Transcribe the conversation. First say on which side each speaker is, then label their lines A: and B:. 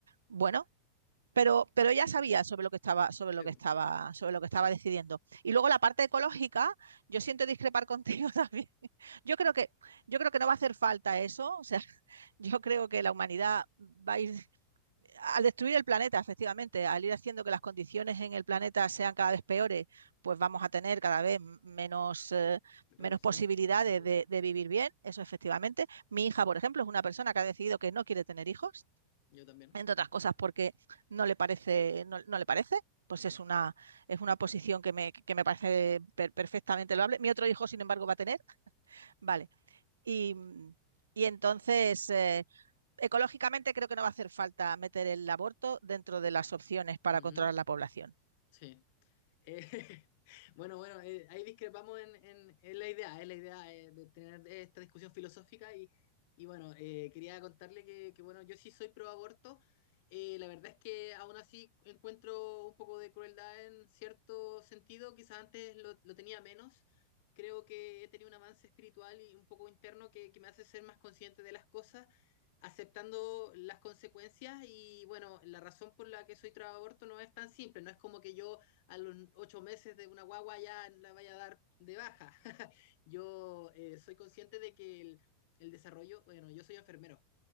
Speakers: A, on the right; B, on the left.
A: Bueno, pero, pero ella
B: Entiendo.
A: sabía sobre lo que estaba, sobre
B: Sí,
A: lo que
B: bueno,
A: estaba, sobre lo que estaba decidiendo. Y luego la parte ecológica, yo siento discrepar <laughs> contigo también. Yo creo que, yo creo que no va a hacer falta eso. O sea, <laughs> yo creo que la humanidad va a ir al destruir el planeta, efectivamente, al ir haciendo que las condiciones en el planeta sean cada vez peores, pues vamos a tener cada vez menos, eh,
B: reducción
A: menos posibilidades
B: de pol-
A: de, de, vivir bien, eso efectivamente. Mi hija, por ejemplo, es una persona que ha decidido que no quiere tener hijos
B: Yo también.
A: entre otras cosas porque no le parece, no, no le parece, pues es una, es una posición que me, que me parece per, perfectamente loable. Mi otro hijo, sin embargo, va a tener, vale. Y, y entonces, eh, ecológicamente creo que no va a hacer falta meter el aborto dentro de las opciones para
B: Ujú,
A: controlar la población.
B: Sí. Eh, <laughs> bueno, bueno, eh, ahí discrepamos en, en- en la idea, es la idea eh, de tener esta discusión filosófica y, y bueno, eh, quería contarle que, que, bueno, yo sí soy pro aborto, eh, la verdad es que aún así encuentro un poco de crueldad en cierto sentido, quizás antes lo, lo tenía menos, creo que he tenido un avance espiritual y un poco interno que, que me hace ser más consciente de las cosas, aceptando las consecuencias y bueno, la razón por la que soy pro aborto no es tan simple, no es como que yo a los ocho meses de una guagua ya la vaya a dar de baja. <laughs> yo eh, soy consciente de que el, el, desarrollo, bueno, yo soy enfermero,